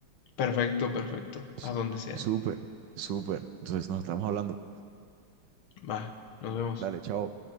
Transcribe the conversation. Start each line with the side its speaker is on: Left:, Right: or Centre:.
Left: Perfecto, perfecto,
Right: S-
Left: a donde sea.
Right: Súper, súper. Entonces nos estamos hablando.
Left: Va, nos vemos.
Right: Dale, chao.